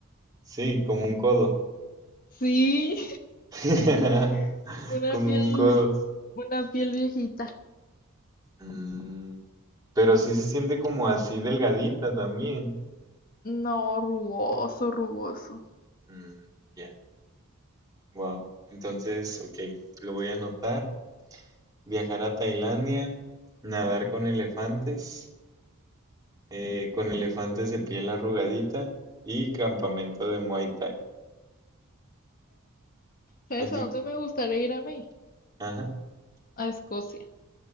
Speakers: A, on the right; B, on the left.
A: Sí, como un codo.
B: Sí,
A: <laughs>
B: <laughs> una
A: Como
B: piel,
A: un codo.
B: una piel viejita.
A: Mm, pero sí se siente como así delgadita también.
B: No, rugoso, rugoso.
A: Mm, ya, Wow. Entonces, ok, lo voy a anotar. Viajar a Tailandia, nadar con elefantes, eh, con elefantes de piel arrugadita y campamento de Muay Thai.
B: ¿Sabes
A: A ti-
B: a dónde me gustaría ir a mí?
A: ajá,
B: A Escocia,